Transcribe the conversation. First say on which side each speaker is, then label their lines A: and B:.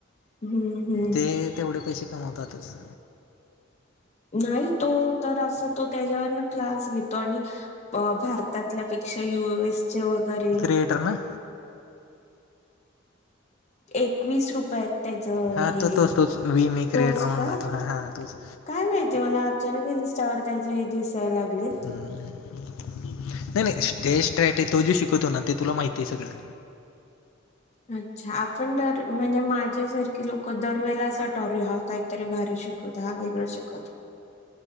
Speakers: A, on the left; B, on the left.
A: हम्म हम्म.
B: ते तेवढे पैसे कमवतातच.
A: नाही तो तर असं तो त्याच्यावरन क्लास घेतो आणि भारत त्यातल्यापेक्षा यूएस चे वगैरे
B: क्रियेटर ना
A: एकवीस रुपयात त्याच
B: हां
A: हे
B: तो तोच तोच वी मे क्रिएटर
A: तोच
B: म्हणून
A: का?
B: आहे तो हां हां तोच
A: काय माहिती मला अचानक इन्स्टावर त्याचे हे दिसायला लागलेत.
B: नाही नाही ते स्ट्रॅटे तोजो शिकवतो ना ते तुला माहिती आहे सगळं.
A: अच्छा आपण दर म्हणजे माझ्यासारखे लोक दरवेळा सटर ह काहीतरी भारी शिक हा वेगळं शिकवतो.